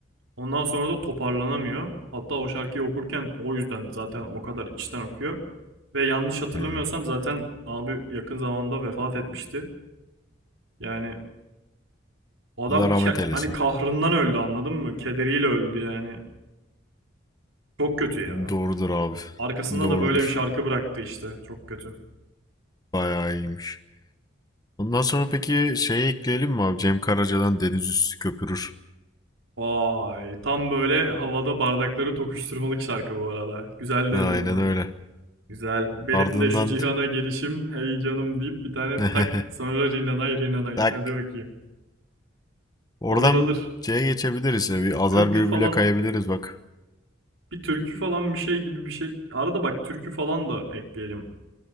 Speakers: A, on the right (about 85°); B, on the left (about 20°).
A: Ondan sonra da toparlanamıyor. Hatta o şarkıyı okurken o yüzden zaten o kadar içten okuyor. Ve yanlış hatırlamıyorsam
B: Hı.
A: zaten abi yakın zamanda vefat etmişti. Yani Adam
B: Allah rahmet eylesin.
A: hani kahrından öldü anladın mı? Kederiyle öldü yani. Çok kötü ya.
B: Doğrudur abi.
A: Arkasında
B: Doğrudur.
A: da böyle bir şarkı bıraktı işte. Çok kötü.
B: Bayağı iyiymiş. Ondan sonra peki şeyi ekleyelim mi abi? Cem Karaca'dan Deniz Üstü Köpürür.
A: Vay. Tam böyle havada bardakları tokuşturmalık şarkı bu arada. Güzel dedin
B: Aynen
A: onu.
B: öyle.
A: Güzel. Benim
B: Ardından
A: de şu cihana gelişim hey canım deyip bir tane
B: <laughs>
A: tak sonra rinanay rinanay.
B: Bak
A: Hadi bakayım.
B: oradan
A: Alır alır.
B: şeye geçebiliriz ya. Bir azar
A: Türkü
B: birbirine
A: falan
B: kayabiliriz bak.
A: bir türkü falan bir şey gibi bir şey. Arada bak türkü falan da ekleyelim.